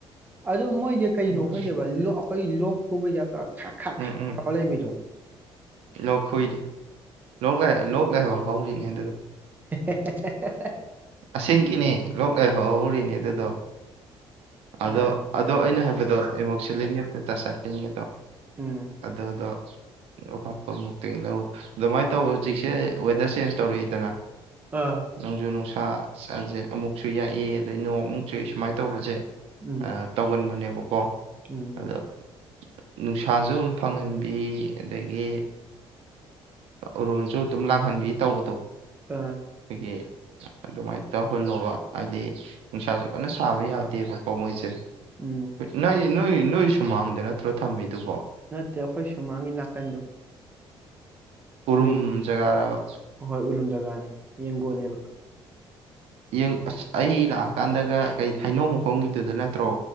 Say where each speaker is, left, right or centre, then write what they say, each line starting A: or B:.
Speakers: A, on the right; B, on the right.
A: ꯑꯗꯨ ꯃꯣꯏꯁꯦ ꯀꯩꯅꯣ
B: ꯎꯝ
A: ꯈꯪꯗꯦꯕ ꯀꯩ ꯂꯣꯛ ꯈꯨꯕꯩ ꯇꯥꯏꯞꯇ ꯈ ꯈꯥ
B: ꯎꯝ
A: ꯈ
B: ꯎꯝ
A: ꯇꯂꯩꯕꯤꯔꯣ
B: ꯂꯣꯛ ꯈꯨꯨꯏꯔꯦ ꯂꯣꯛ ꯂ ꯂꯣꯛ ꯂꯥꯏꯍꯧ ꯍꯧꯔꯤꯅꯦ ꯑꯗꯨꯗꯣ
A: ꯍꯦ ꯍꯦꯍꯦꯍꯦ
B: ꯑꯁꯦꯡ ꯀꯤꯅꯤ ꯂꯣꯛ ꯂꯥꯏꯍꯧꯔꯤꯅꯤ ꯑꯗꯨꯗꯣ ꯑꯗꯣ
A: ꯑ
B: ꯑꯗꯣ ꯑꯩꯅ ꯍꯥꯏꯕ ꯑꯗꯣ ꯏꯃꯣꯁꯂꯗ ꯇꯥꯁꯥꯏꯇꯡꯒꯗꯣ
A: ꯎꯝ
B: ꯑꯗ ꯑꯗꯣ ꯑꯄꯥꯛꯄ ꯃꯨꯛꯇꯒꯤ ꯂꯧꯔ ꯑꯗꯨꯃꯥꯏꯅ ꯇꯧ ꯍꯧꯖꯤꯛꯁꯦ ꯋꯦꯗꯔ ꯆꯦꯟꯖ ꯇꯧꯔꯛꯏꯗꯅ
A: ꯑꯥ
B: ꯅꯪꯖꯨꯅꯅꯨꯡꯁꯥ ꯁꯥꯖ ꯑꯃꯨꯛꯁꯨ ꯌꯥꯏ ꯑꯗꯩ ꯅꯣꯡꯃꯨꯛꯁꯨꯨꯏ ꯁꯨꯃꯥꯏꯅ ꯇꯧꯕꯁꯦ
A: ꯎꯝ
B: ꯑ ꯇꯧꯒꯟꯕꯅꯦꯕ ꯀꯣ
A: ꯎꯝ
B: ꯑꯗ ꯅꯨꯡꯁꯥꯁꯨ ꯑꯗꯨꯝ ꯐꯪꯍꯟꯕꯤ ꯑꯗꯒꯤ ꯎꯔꯨꯝꯁꯨ ꯑꯗꯨꯝ ꯂꯥꯡꯍꯟꯕꯤ ꯇꯧꯕꯗꯣ
A: ꯑꯥ
B: ꯑꯩꯗꯒꯤ ꯑꯗꯨꯃꯥꯏꯅ ꯇꯧꯍꯜꯂꯣꯕ ꯍꯥꯏꯗꯤ ꯅꯨꯡꯁꯥꯁꯨ ꯀꯟꯅ ꯁꯥꯕ ꯌꯥꯗꯦꯕꯀꯣ ꯃꯣꯏꯁꯦ
A: ꯎꯝ
B: ꯅꯪꯒꯤꯁꯦ ꯅꯣꯏ ꯅꯣꯏ ꯁꯨꯃꯥꯡꯗ ꯅꯠꯇ꯭ꯔꯣ ꯊꯝꯃꯤꯗꯨꯕꯣ
A: ꯅꯠꯇꯦ ꯑꯩꯈꯣꯏ ꯁꯨꯃꯥꯡꯒꯤ ꯅꯥꯀꯟꯗꯣ
B: ꯎꯔꯨꯝ
A: ꯌꯦꯡ
B: ꯖꯒꯥꯔꯕ
A: ꯍꯣꯏ ꯎꯔꯨꯝ ꯖꯒꯥꯅꯤ ꯌꯦꯡꯒꯣꯟꯅꯦꯕ
B: ꯌꯦꯡ ꯑꯁ ꯑꯩ ꯂꯥꯛꯑꯀꯥꯟꯗꯒ ꯀꯩ ꯍꯩꯅꯧ ꯃꯈꯣꯡꯒꯤꯗꯨꯗ ꯅꯠꯇ꯭ꯔꯣ